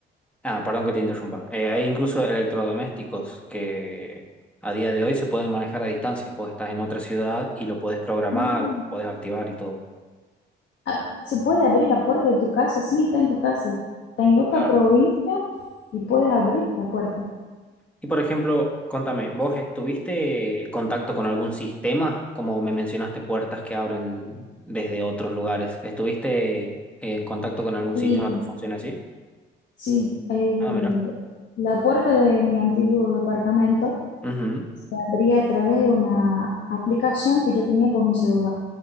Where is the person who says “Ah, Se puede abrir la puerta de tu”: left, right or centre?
Left